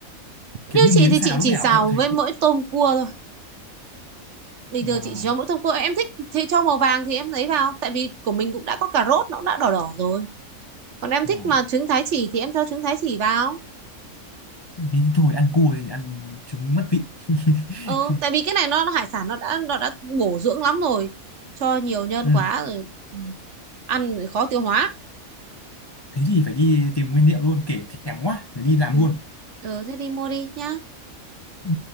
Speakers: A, on the left (about 35°); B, on the right (about 60°).
A: Kiểu
B: như
A: như
B: chị
A: miến
B: thì
A: xào
B: chị
A: lúc
B: chỉ
A: nào
B: xào
A: em cũng thấy
B: với mỗi tôm cua thôi bình thường
A: à,
B: chị chỉ cho mỗi tôm cua em thích thì cho màu vàng thì em lấy vào tại vì của mình cũng đã có cà rốt nó cũng đã đỏ đỏ rồi còn em
A: vâng.
B: thích mà trứng thái chỉ thì em cho trứng thái chỉ vào
A: Thế thì thôi ăn cua thì ăn trứng mất vị. <laughs>
B: ừ tại vì cái này nó, nó hải sản nó đã nó đã bổ dưỡng lắm rồi cho nhiều nhân
A: Ừ.
B: quá rồi ừ, ăn rồi khó tiêu hóa
A: Thế thì phải đi tìm nguyên liệu luôn kể thèm quá, phải đi làm
B: Ừ.
A: luôn.
B: ừ thế đi mua đi nhá
A: Ừ.